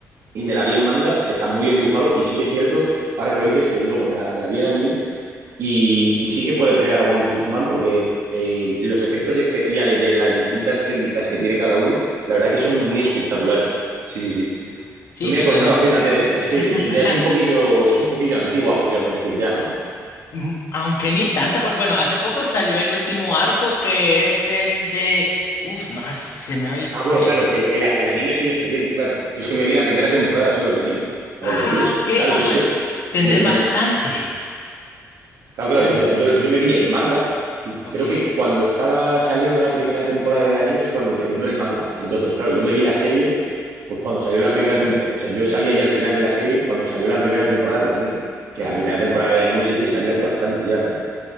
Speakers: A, on the right; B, on the left.
A: Y me la vi en manga, que está muy bien dibujado. Y sí que es cierto, ahora que lo dices, que luego me la, me la vi en anime y, y sí que puede pelear a One Punch Man porque eh, los efectos especiales de las distintas técnicas que tiene cada uno, la verdad que son muy espectaculares. Sí, sí, sí.
B: sí,
A: No me
B: totalmente.
A: acordaba, fíjate de esta. Es que eso ya es
B: Ah,
A: un poquillo, es un poquillo antigua, podríamos decir ya, ¿no?
B: mm, Aunque ni tanta, pero bueno, hace poco salió el último arco que es el de... Uf, no, ah, se me ha, i-
A: Ah,
B: se
A: bueno,
B: me ha
A: claro,
B: ido.
A: que el, el- el anime sigue saliendo, claro. Yo es que me vi la primera temporada solo de anime, ahora
B: Ah,
A: que lo pienso.
B: ok.
A: Claro,
B: Ah,
A: yo
B: pues,
A: es que
B: tenés
A: yo
B: bastante.
A: me, claro, claro,
B: Tenés-
A: yo, yo- yo me vi el manga y creo
B: Ok.
A: que cuando estaba saliendo la primera temporada de anime es cuando terminó el manga. Entonces, claro, yo me vi la serie pues cuando salió la primera temporada, o sea, yo sabía ya el final de la serie cuando salió la primera temporada de anime, que la primera temporada de anime sí que salió hace bastante ya, ¿no?